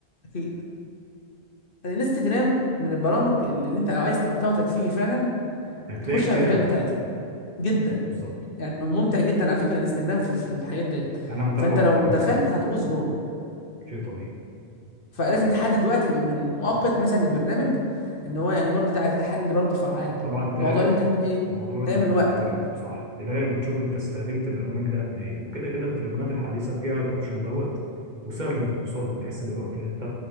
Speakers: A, on the left; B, on the right.
A: اكيد الانستجرام من البرامج اللي انت لو عايز محتوى ترفيهي فعلا
B: هتلاقي
A: تخش
B: كتير
A: على الفيديوهات
B: قوي
A: بتاعتها جدا
B: بالظبط
A: يعني ممتع جدا على فكره الانستجرام في في الحاجات ديت
B: انا متابعه
A: فانت لو
B: اكتر من
A: دخلت
B: تيك توك
A: هتغوص جوه
B: شيء طبيعي
A: فلازم
B: ماشي.
A: تحدد وقت من مؤقت مثلا للبرنامج ان هو يعني برضو ده ده حل برضو فعال
B: طبعا تراقب
A: الموضوع اللي انت ايه
B: موضوع البطارية
A: تعمل وقت وكده
B: صح تراقب وتشوف انت استخدمت البرنامج ده قد ايه وكده كده التليفونات الحديثة فيها الاوبشن دوت وسهل انك توصل له وتحسب الوقت اللي انت